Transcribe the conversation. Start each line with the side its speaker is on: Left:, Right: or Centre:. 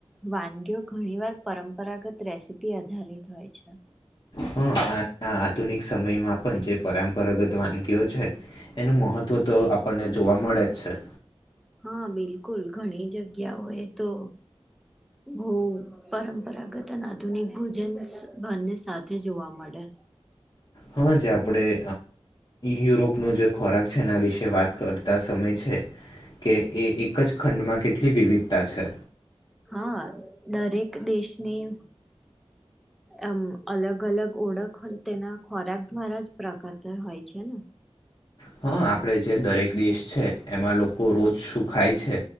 Centre: વાનગીઓ ઘણી વાર પરંપરાગત રેસીપી આધારિત હોય છે.
Left: હા આ આધુનિક સમયમાં પણ જે પરંપરાગત વાનગીઓ છે, એનું મહત્વ તો તો આપણને જોવા મળે અચ્છા.
Centre: હા બિલકુલ ઘણી જગ્યાઓ એ તો બહ પરંપરાગત અને આધુનિક ભોજન ભરને સાથે જોવા મળે.
Left: હા જ ક આપણેે યુરોપ ન જે ખોરાક છે, એના વિશે વાત કરતા સમય છે, કે એ એક જ ખંડમાં કેટલી વિવિધતા છે
Centre: હા દરેક દેશની આમ અલગ અલગ ઓળખ તેના ખોરાક દ્વારા જ પ્રકારતા હોય છે ને
Left: હા આપડે જે દરેક દેશ છે એમાં લોકો રોજ શું ખાય છે